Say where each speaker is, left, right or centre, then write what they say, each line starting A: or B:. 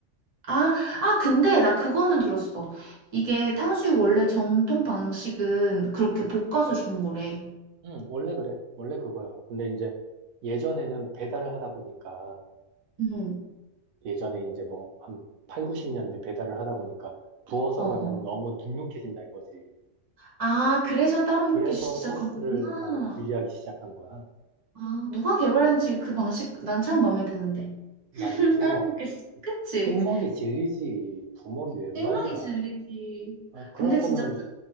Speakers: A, on the right; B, on the right.
A: 아, 아, 근데 나 그거는 들었어. 이게 탕수육 원래 정통 방식은 그렇게
B: 음.
A: 볶아서 주는 거래.
B: 응, 원래 그래. 원래 그거야. 근데 이제 예전에는 배달을 하다 보니까
A: 응
B: 예전에 이제 뭐 한 8, 90년대 배달을 하다 보니까 부어서
A: 어.
B: 가면 너무 눅눅해진다 이거지.
A: 아, 그래서 따로
B: 그래서
A: 먹기 시작한
B: 소스를
A: 거구나.
B: 어, 분리하기 시작한 거야.
A: 아, 누가 개발했는지 그 방식 난 참 마음에 드는데.
B: 나도
A: <laughs>
B: 찍먹.
A: 따로 먹기 시작. 그치?
B: 찍먹이 질리지. 부먹이 웬
A: 생동이
B: 말이야.
A: 질리지.
B: 아, 그럴
A: 근데
B: 거면
A: 진짜